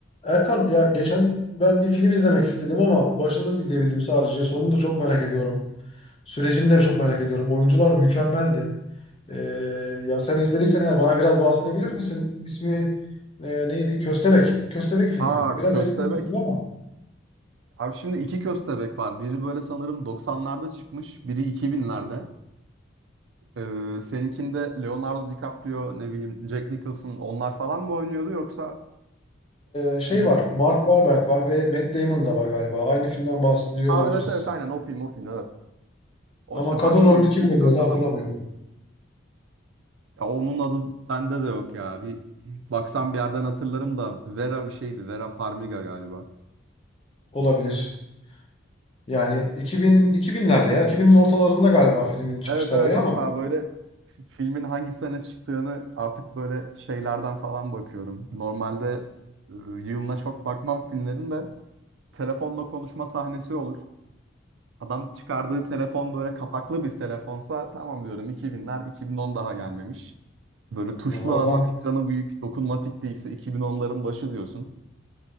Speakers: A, on the left; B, on the right.
A: Erkan ya geçen ben bir film izlemek istedim ama başını nasıl izleyebildim sadece. Sonunu da çok merak ediyorum. Sürecini de çok merak ediyorum. Oyuncular mükemmeldi. Ee, ya sen izlediysen eğer bana biraz bahsedebilir misin? İsmi e, neydi? Köstebek. Köstebek filmi.
B: Ha
A: Biraz
B: köstebek.
A: eski bir film ama
B: Abi şimdi iki köstebek var. Biri böyle sanırım 90'larda çıkmış. Biri 2000'lerde. Ee, seninkinde Leonardo DiCaprio, ne bileyim Jack Nicholson onlar falan mı oynuyordu yoksa
A: e, şey
B: bir...
A: var. Mark Wahlberg var ve Matt Damon da var galiba. Aynı filmden bahsediyor
B: Ha
A: olabiliriz.
B: evet evet aynen o film o film evet. O
A: Ama
B: işte
A: kadın
B: başroldeki
A: rolünü kim oynuyordu
B: dört adam.
A: hatırlamıyorum.
B: Ya onun adı bende de yok ya. Bir baksam bir yerden hatırlarım da Vera bir şeydi. Vera Farmiga galiba.
A: Olabilir. Yani 2000 2000'lerde ya 2000'in ortalarında galiba filmin çıkış
B: Evet
A: tarihi
B: evet hatta
A: ama.
B: böyle f- filmin hangi sene çıktığını artık böyle şeylerden falan bakıyorum. Normalde e, yılına çok bakmam filmlerin de telefonla konuşma sahnesi olur. Adam çıkardığı telefon böyle kapaklı bir telefonsa tamam diyorum 2000'ler 2010 daha gelmemiş. Böyle tuşlu
A: Ha, Oradan
B: ama ekranı büyük dokunmatik değilse 2010'ların başı diyorsun.